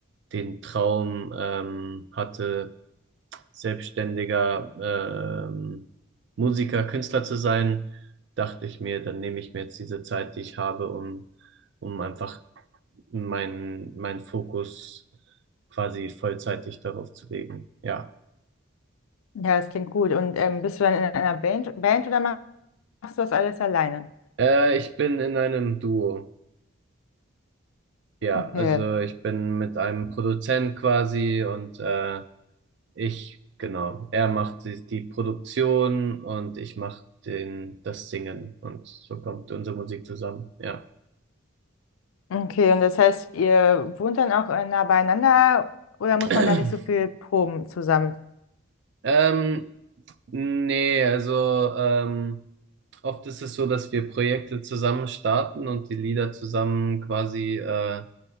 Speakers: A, on the right (about 55°); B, on the left (about 85°).
A: den Traum ähm, hatte, selbstständiger ähm, Musiker, Künstler zu sein, dachte ich mir, dann nehme ich mir jetzt diese Zeit, die ich habe, um, um einfach meinen meinen Fokus quasi vollzeitig darauf zu legen. Ja.
B: Ja, das klingt gut. Und ähm, bist du dann in einer Band, Band oder machst du das alles alleine?
A: Äh, ich bin in einem Duo. Ja,
B: Okay.
A: also ich bin mit einem Produzent quasi und äh, ich, genau, er macht die, die Produktion und ich mache den, das Singen und so kommt unsere Musik zusammen, ja.
B: Okay, und das heißt, ihr wohnt dann auch äh, nah beieinander oder muss
A: <clears throat>
B: man da nicht so viel proben zusammen?
A: Ähm, nee, also ähm, oft ist es so, dass wir Projekte zusammen starten und die Lieder zusammen quasi äh,